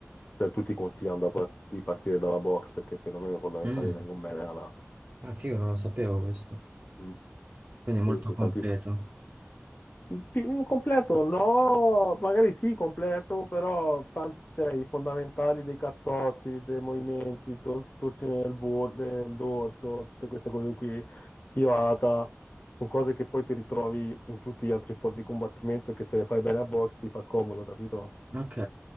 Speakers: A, on the left; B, on the right.
A: cioè, tutti consigliano da par- di partire dalla box perché perlomeno i fondamentali
B: Mm.
A: vengono bene da là.
B: Ah, figo, non lo sapevo questo,
A: Mm.
B: quindi è molto
A: Sì, sì,
B: completo.
A: tanti Pi- Completo, no, magari sì, completo, però tan- cioè, i fondamentali dei cazzotti, dei movimenti, tor- torsione del, bor- del dorso, tutte queste cose qui, schivata, sono cose che poi ti ritrovi in tutti gli altri sport di combattimento e che se le fai bene a box ti fa comodo, capito?
B: Ok,